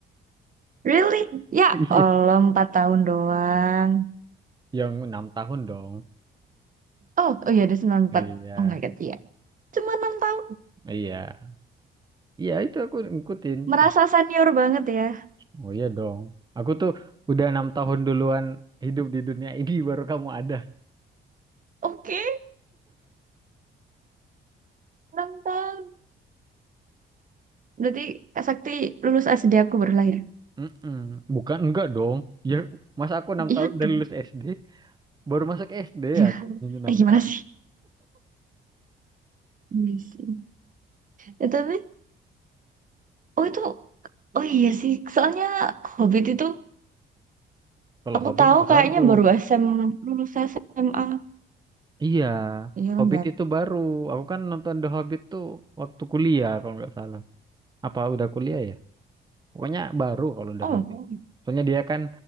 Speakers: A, on the right (about 40°); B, on the right (about 20°).
A: Really? Ya,
B: <laughs> Iya.
A: Allah, 4 tahun doang.
B: Yang enam tahun dong.
A: Oh, oh iya, ada sembilan puluh empat.
B: Iya.
A: Oh my God, iya. Cuma 6 tahun.
B: Iya. Iya itu aku ngikutin
A: Merasa
B: pas.
A: senior banget ya.
B: Oh iya dong. Aku tuh udah enam tahun duluan hidup di dunia ini <laughs> baru kamu ada.
A: Oke, 6 tahun. Berarti Kak Sakti lulus S D aku baru lahir.
B: Mm-mm. Bukan enggak dong. Ya masa aku enam
A: Iya,
B: tahun udah
A: dong.
B: lulus SD baru masuk SD
A: iya.
B: aku enam
A: Eh gimana
B: tahun.
A: sih? Iya sih. Ya, tapi, oh itu, oh iya sih. Soalnya Hobbit itu
B: Kalau
A: aku
B: Hobbit
A: tahu
B: baru.
A: kayaknya baru SM lulus SMA.
B: Iya.
A: Iya
B: Hobbit
A: kan baru.
B: itu baru. Aku kan nonton The Hobbit tuh waktu kuliah kalau nggak salah. Apa udah kuliah ya? Pokoknya baru kalau The
A: Oh
B: Hobbit. Soalnya dia kan